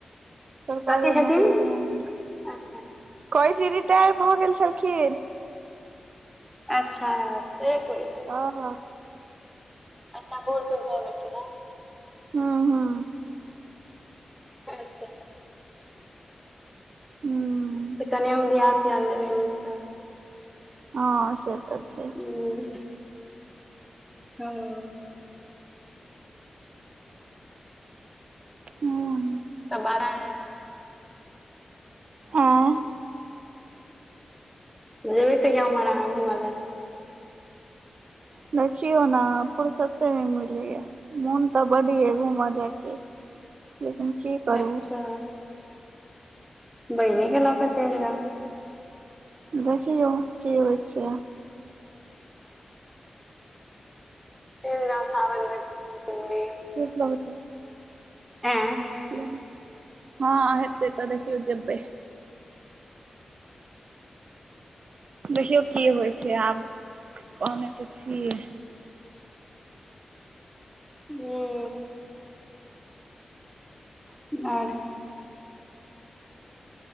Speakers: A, on the right (about 60°); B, in the centre.
A: सरकारी
B: कथी छथिन
A: नौकरी रहैन हुनका।
B: अच्छा
A: कहै छी रिटायर भऽ गेल छलखिन।
B: अच्छा, से कहय छी।
A: हं हँ।
B: पप्पा बुढ-सुढ भ गेलखिन हन।
A: हुं हुं।
B: अच्छा।
A: हुं।
B: तऽ कनि ओ ध्यान-त्यान देबै नीकसँ।
A: हँ से तऽ छै।
B: हुं। तऽ आओर। <unintelligible>
A: हुं।
B: सब बड़ाय <unintelligible>
A: आँ।
B: जेबै कहिया उमहर अहाँ घूमय ले।
A: देखियौ ने फुरसते नहि मिलै ये। मोन तऽ बड ये घूमऽ जायके, लेकिन की
B: लए
A: करू।
B: अच्छा बहिनी केॅं लऽ कऽ चलि जाउ।
A: देखियौ, की होइ छै।
B: चलि जाउ सावन मे घुमि -फिरी लेब।
A: बहुत लऽगय छै
B: ऐं
A: गरमी। हँ हेतै तऽ देखियौ जेबै। देखियौ की होइ छै आब, कहने तऽ छियै।
B: हं आर।